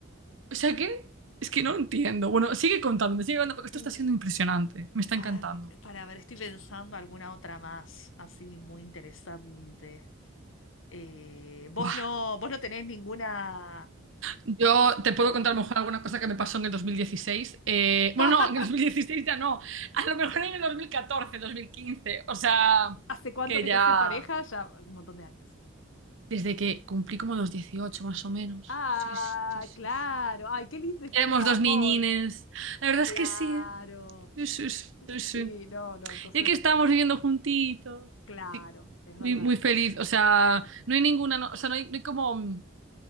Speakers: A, on the right; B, on the left.
A: o sea, ¿qué? Es que no entiendo. Bueno, sigue contándome, sigue contando porque esto
B: eh,
A: está siendo impresionante. Me está
B: a
A: encantando.
B: ver, para ver, estoy pensando alguna otra más, así muy interesante. Eh, vos
A: Buah.
B: no, vos no tenés ninguna.
A: Yo
B: Vos,
A: te puedo contar a lo mejor alguna cosa que me pasó en el 2016. Eh, bueno,
B: <laughs>
A: no, en el 2016 ya no. A lo mejor en el dos dos mil catorce, dos mil quince. O sea,
B: ¿Hace cuánto
A: que
B: que
A: ya...
B: estás en pareja? Ya un montón de años.
A: Desde que cumplí como los 18 más o menos.
B: Ah,
A: Sí, sí, sí,
B: claro.
A: sí.
B: Ay, qué linda historia
A: Éramos
B: de amor.
A: dos niñines. La verdad
B: Claro.
A: es que sí, ¿eh? Sí, sí, sí, sí. sí.
B: Sí, no, no. Entonces,
A: Y aquí estábamos viviendo juntitos.
B: Claro,
A: Sí,
B: es
A: muy,
B: verdad.
A: muy feliz. O sea, no hay ninguna, no- o sea, no hay, no hay como mm,